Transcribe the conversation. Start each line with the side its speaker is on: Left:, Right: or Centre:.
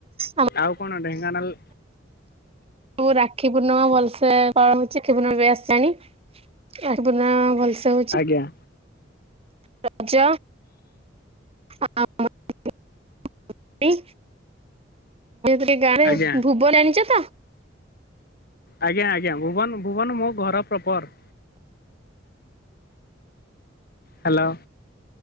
Right: ଆମ
Left: ଆଉ କଣ ଢେଙ୍କାନାଳ
Right: ମୁଁ ରାକ୍ଷୀ ପୂର୍ଣ୍ଣିମା ଭଲସେ ହ ରାକ୍ଷୀ ପୂର୍ଣ୍ଣିମା ବି ଆସିଚାଣି ରାକ୍ଷୀ ପୂର୍ଣ୍ଣିମା ଭଲସେ ହଉଛି।
Left: ଆଜ୍ଞା।
Right: ରଜ। <unintelligible> ଆମେ ଟିକେ ଗାଁରେ
Left: ଆଜ୍ଞା
Right: ଭୁବ ଜାଣିଛ?
Left: ଆଜ୍ଞା ଆଜ୍ଞା ଭୁବନ ଭୁବନ ମୋ ଘର ପ୍ରପର। ହ୍ୟାଲୋ।